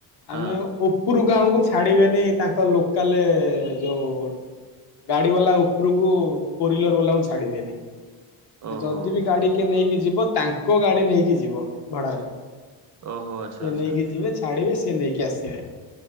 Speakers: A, on the right; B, on the left.
A: ହଁ
B: ଆମେ ଉପରକୁ ଆମକୁ ଛାଡ଼ିବେନି ତାଙ୍କ ଲୋକାଲ୍ ଯୋଉ ଗାଡି ବାଲା ଉପରକୁ ଫୋରହୁଇଲର ବାଲା କୁ ଛାଡିବେନି। ମାନେ
A: ଓହୋ
B: ଯଦି ବି ଗାଡି କିଏ ନେଇକି ଯିବ ତାଙ୍କ ଗାଡି ନେଇକି ଯିବ ଭଡାରେ।
A: ଓହୋ ଆଚ୍ଛା
B: ସେ
A: ଆଚ୍ଛା
B: ନେଇକି ଯିବେ ଛାଡିବେ ସେ ନେଇକି ଆସିବେ।